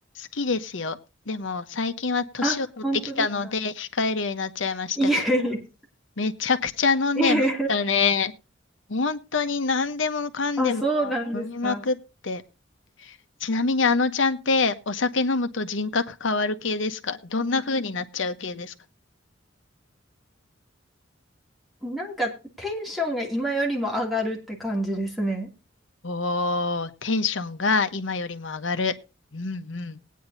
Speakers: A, on the left (about 75°); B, in the centre.
A: きですよ。でも最近は年を取ってきたので控えるようになっちゃいましたけど、
B: あ、本当当ですかいえいえ。
A: めちゃくちゃ飲んでましたね。
B: <laughs> いえ
A: 本当に何でもかんでも飲みまくって。
B: あ、そうなんですか。
A: ちなみにあのちゃんってお酒飲むと人格変わる系ですかどんな風になっちゃう系ですか
B: なんかテンションが今よりも上がるって感じですね。
A: おー、テンションが今よりも上がる。うんうん。